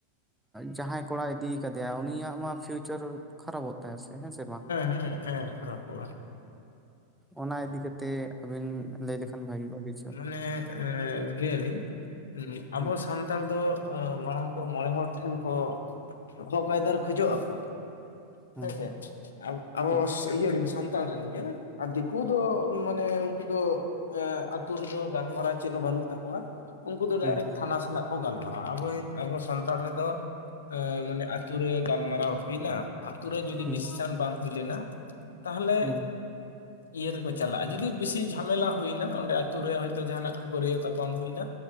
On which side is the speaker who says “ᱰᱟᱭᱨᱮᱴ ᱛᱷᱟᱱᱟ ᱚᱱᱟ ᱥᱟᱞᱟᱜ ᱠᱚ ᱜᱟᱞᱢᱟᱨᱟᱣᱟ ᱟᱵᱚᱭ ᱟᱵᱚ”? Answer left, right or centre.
Left